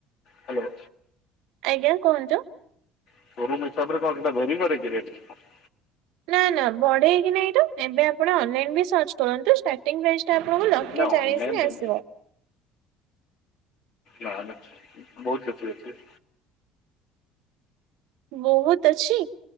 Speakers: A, on the left; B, on the right.
A: ହ୍ୟାଲୋ
B: ଆଜ୍ଞା କୁହନ୍ତୁ?
A: <unintelligible>
B: ନା ନା ବଢେଇକି ନାଇଁ ତ, ଏବେ ଆପଣ ଅନଲାଇନ ବି ସର୍ଚ୍ଚ କରନ୍ତୁ ଷ୍ଟାର୍ଟିଂ ପ୍ରାଇସ୍ ଏଟା ଆପଣଙ୍କୁ ଲକ୍ଷେ
A: ନା
B: ଚାଳିଶି
A: ଅନଲାଇନ୍
B: ହିଁ ଆସିବ।
A: ନା ନା ବହୁତ <unintelligible>
B: ବହୁତ୍ ଅଛି?